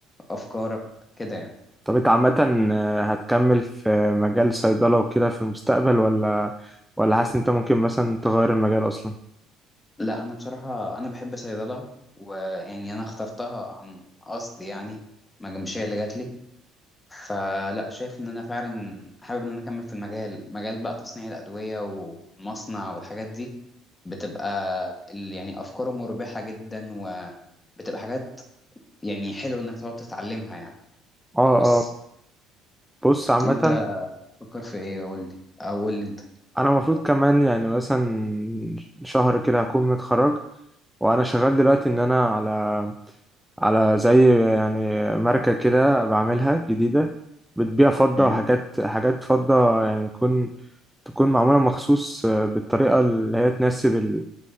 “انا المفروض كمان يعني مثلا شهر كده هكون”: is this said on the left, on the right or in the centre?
Centre